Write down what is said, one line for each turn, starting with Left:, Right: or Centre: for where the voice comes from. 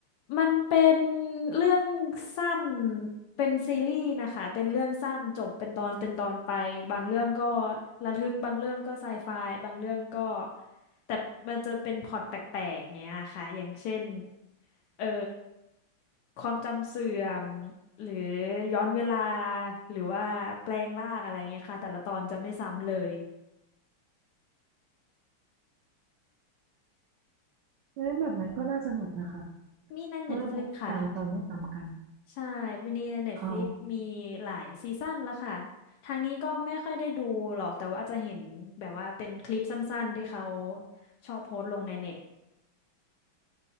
Left: มันเป็นเรื่องสั้นเป็นซีรีส์นะคะเป็นเรื่องสั้นจบเป็นตอนเป็นตอนไปบางเรื่องก็ระทึกบางเรื่องก็ไซไฟบางเรื่องก็แต่มันจะเป็นพล็อตแปลกๆเนี้ยค่ะอย่างเช่นเอ่อความจำเสื่อมหรือย้อนเวลาหรือว่าแปลงร่างอะไรเงี้ยค่ะแต่ละตอนจะไม่ซ้ำเลย
Right: เอ้ยแบบนั้นก็น่าสนุกนะคะ
Left: มีใน
Right: เพราะว่าแบบแต่ละตอนไม่ซ้ำกัน
Left: Netflix ค่ะ ใช่ปีนี้ใน Netflix
Right: อ๋อ
Left: มีหลายซีซั่นแล้วค่ะ ทางนี้ก็ไม่ค่อยได้ดูหรอกแต่ว่าอาจจะเห็นแบบว่าเป็นคลิปสั้นๆที่เขาชอบโพสต์ลงในเน็ต